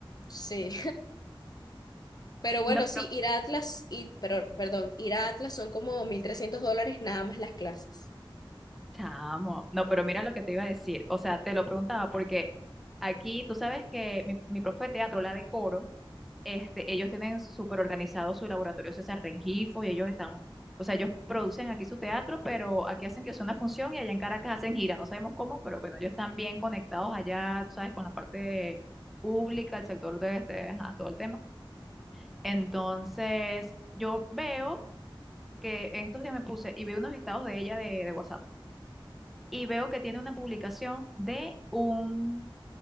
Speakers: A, on the left; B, in the centre.
A: sí. Pero bueno,
B: No,
A: sí,
B: no,
A: ir a Atlas, y, pero, perdón, ir a Atlas son como 1.300 dólares nada más las clases.
B: chamo. No, pero mira lo que te iba a decir. O sea, te lo preguntaba porque aquí tú sabes que mi, mi profe de teatro, la de coro, Este, ellos tienen súper organizado su laboratorio César Rengifo y ellos están, o sea, ellos producen aquí su teatro, pero aquí hacen que sea una función y allá en Caracas hacen gira, no sabemos cómo, pero bueno, ellos están bien conectados allá, tú sabes, con la parte pública, el sector de este, ajá, todo el tema. Entonces, yo veo que en estos días me puse y vi unos estados de ella de, de WhatsApp y veo que tiene una publicación de un